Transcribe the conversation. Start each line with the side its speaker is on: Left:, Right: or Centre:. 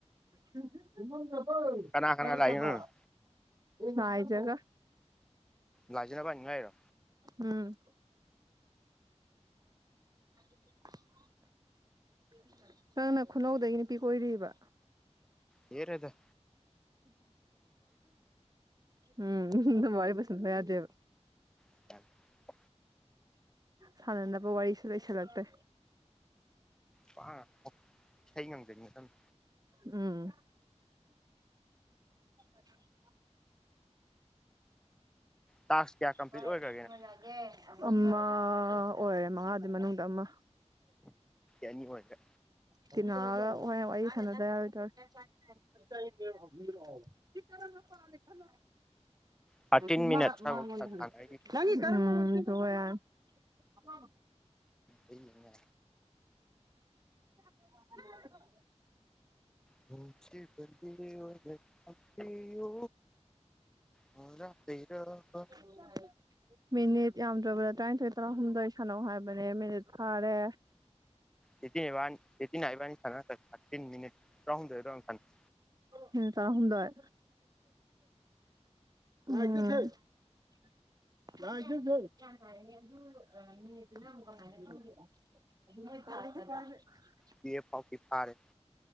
Right: <unintelligible>
Centre: ꯀꯅꯥ ꯀꯅꯥ
Right: ꯂꯩꯇꯕꯣ
Centre: ꯂꯥꯛꯏꯅꯣ ꯅꯪ
Right: ꯂꯥꯏꯖꯥꯒ
Centre: ꯂꯥꯏꯖꯥ ꯅꯕꯥꯟꯅꯤ ꯉꯥꯛꯏꯔꯣ
Right: ꯎꯝ <inaudible> <inaudible> ꯅꯪꯅ ꯈꯨꯅꯧꯗꯒꯤ ꯅꯨꯄꯤ ꯀꯣꯏꯔꯤꯕ
Centre: ꯌꯥꯔꯦꯗ
Right: ꯎꯝ <unintelligible> ꯁꯨꯡꯌꯥ ꯌꯥꯗꯦꯕ
Centre: <unintelligible>
Right: ꯁꯥꯟꯅꯅꯕ ꯋꯥꯔꯤꯁꯨ ꯂꯩꯁꯤꯜꯂꯛꯇ꯭ꯔꯦ
Centre: ꯄꯪꯉꯥꯡ ꯉꯥꯡꯉꯛꯑꯣ ꯏꯁꯩ ꯉꯪꯖꯤꯟꯒꯗꯝꯅꯤ
Right: ꯎꯝ <unintelligible>
Centre: ꯇꯥꯛꯁ ꯀꯌꯥ ꯀꯝꯄ꯭ꯂꯤꯠ
Right: ꯍꯣꯏ
Centre: ꯑꯣꯏꯈ꯭ꯔꯒꯦ ꯅꯪ
Right: ꯃꯥꯅ ꯑꯃ ꯑꯣꯏꯔꯦ ꯃꯉꯥꯗꯨ ꯃꯅꯨꯡꯗ ꯑꯃ
Centre: ꯑꯅꯤ ꯑꯣꯏꯈ꯭ꯔꯦ
Right: ꯀꯩꯅꯣꯒ ꯍꯣꯔꯦꯟ ꯋꯥꯔꯤ ꯁꯥꯟꯅꯖ ꯔꯣꯏꯗꯧꯔꯦ <unintelligible> ꯁꯤ ꯀꯔꯝꯕ ꯄꯥꯝꯃꯦ ꯈꯜꯂꯣ
Centre: ꯊꯥꯔꯇꯤꯟ
Right: ꯑꯗꯨ
Centre: ꯃꯤꯅꯠ
Right: ꯃꯥ
Centre: ꯁ꯭ꯋꯥꯏꯐꯥꯎ
Right: ꯃꯥꯑꯣꯟꯗ ꯍꯪꯉꯨ
Centre: ꯁꯥꯟꯅꯔꯤ
Right: ꯅꯪꯒꯤ ꯗꯪ <unintelligible> ꯑꯄꯥꯝꯕ
Centre: ꯑꯩꯒꯤꯅꯦ
Right: <unintelligible>
Centre: ꯅꯨꯡꯁꯤ ꯕꯟꯗꯤ ꯑꯣꯏꯅ ꯊꯝꯕꯤꯌꯨ ꯃꯔꯥꯜ ꯂꯩꯔꯕ
Right: <unintelligible> ꯃꯤꯅꯤꯠ ꯌꯥꯝꯗ꯭ꯔꯕꯗ ꯇꯔ꯭ꯥꯏꯟꯊꯣꯏ ꯇꯔꯥ ꯍꯨꯝꯗꯣꯏ ꯁꯥꯟꯅꯧ ꯍꯥꯏꯕꯅꯦ ꯃꯤꯅꯤꯠ ꯐꯥꯔꯦ
Centre: <unintelligible> ꯅꯍꯥꯟ ꯏꯕꯥꯅꯤ ꯁꯥꯟꯅ <unintelligible> ꯊꯥꯔꯇꯤꯟ ꯃꯤꯅꯠ ꯇꯔꯥꯍꯨꯝꯗꯣꯏꫪ <unintelligible>
Right: ꯃꯤꯅꯤꯠ ꯇꫪꯥꯍꯨꯝꯗꯣꯏ ꯎꯝ <unintelligible> <unintelligible>
Centre: ꯇꯨꯋꯦꯞ ꯐꯥꯎꯇꯤ ꯐꯥꯔꯦ